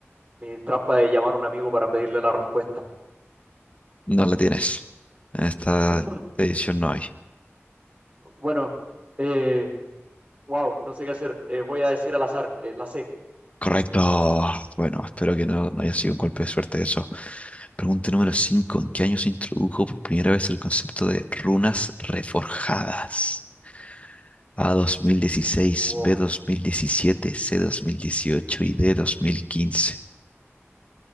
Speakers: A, on the right; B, on the left.
A: mi trampa de llamar a un amigo para pedirle la respuesta.
B: No la tienes. En esta
A: <gasps>
B: edición no hay.
A: Bueno, eh, wow, no sé qué hacer. Eh, voy a decir al azar, eh, la C.
B: Correcto. Bueno, espero que no, no haya sido un golpe de suerte eso. Pregunta número 5: ¿En qué año se introdujo por primera vez el concepto de runas reforjadas? A 2016,
A: Wow.
B: B 2017, C 2018 y D 2015.